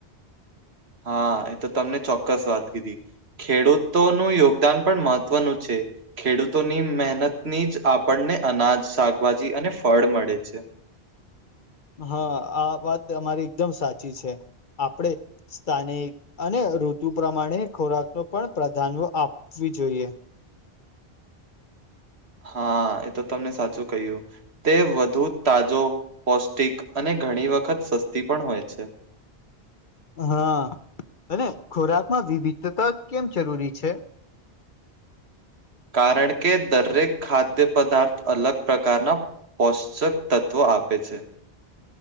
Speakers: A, on the right; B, on the left.
A: હા એ તો તમે ચોક્કસ વાત કીધી. ખેડૂતોનું યોગદાન પણ મહત્વનું છે. ખેડૂતોની મહેનતથી જ આપણને અનાજ શાકભાજી અને ફળ મળે છે.
B: હા આ વાત તમારી એકદમ સાચી છે, આપડે, સ્થાનિક અને ઋતુ પ્રમાણે ખોરાક નો પણ પ્રાધાન્ય આપવુ જોઈએ.
A: હા એ તો તમે સાચું કહ્યું. તે વધુ તાજો, પૌષ્ટિક અને ઘણી વખત સસ્તી પણ હોય છે.
B: હા અને ખોરાકમાં વિવિધતા કેમ જરૂરી છે?
A: કારણ કે દરેક ખાદ્ય પદાર્થ અલગ પ્રકારના, પોષકતત્વ આપે છે.